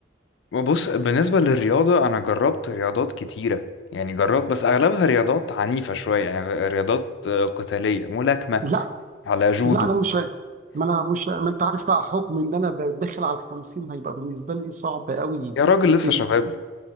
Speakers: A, on the left; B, on the right.
A: بص بالنسبة للرياضة انا جربت رياضات كتيرة يعني جربت بس اغلبها رياضات عنيفة شوية يعني غ- رياضات آه، قتالية ملاكمة
B: لا
A: على جودو
B: لا انا مش عارف. ما انا مش ما انت عارف بقى حكم ان انا ب- داخل على ال 50 هيبقى بالنسبه لي صعب قوي
A: يا راجل لسه
B: ان
A: شباب